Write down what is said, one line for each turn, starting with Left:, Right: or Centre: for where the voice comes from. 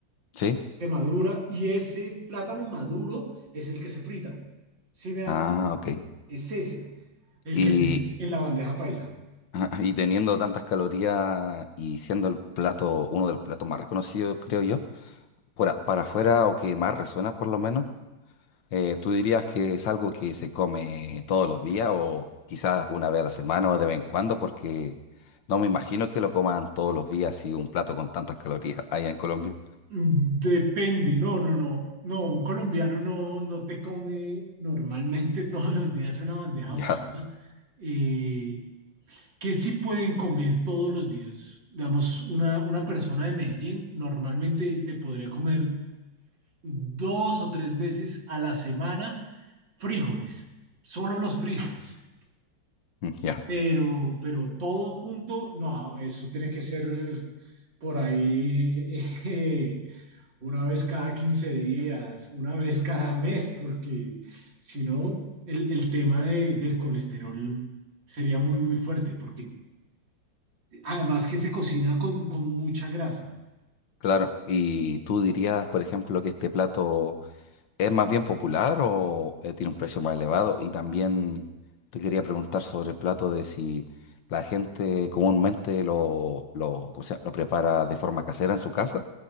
Left: sí.
Right: Se madura y ese plátano maduro es el que se frita. ¿Sí me hago?
Left: Ah, ok.
Right: Es ese, el
Left: Y,
Right: que en la bandeja paisa.
Left: <laughs> y teniendo tantas calorías y siendo el plato, uno de los platos más reconocidos, creo yo, por a- para afuera o que más resuena por lo menos, eh, ¿tú dirías que es algo que se come todos los días o quizás una vez a la semana o de vez en cuando? Porque no me imagino que lo coman todos los días y un plato con tantas calorías allá en Colombia.
Right: Depende, no, no, no, no, un colombiano no, no te come normalmente <laughs> todos los días una bandeja
Left: Ya,
Right: paisa. Eh, ¿qué sí pueden comer todos los días? Digamos, una, una persona de Medellín normalmente te podría comer dos o tres veces a la semana frijoles, solo los frijoles,
Left: <laughs> ya,
Right: pero, pero todo junto, no, eso tiene que ser por ahí. <laughs> eh, una vez cada 15 días, una vez cada mes, porque si no, el, el tema de- del colesterol sería muy, muy fuerte, porque además que se cocina con, con mucha grasa.
Left: claro. ¿Y tú dirías, por ejemplo, que este plato es más bien popular o eh, tiene un precio más elevado? Y también te quería preguntar sobre el plato de si la gente comúnmente lo, lo, ¿cómo se llama? lo prepara de forma casera en su casa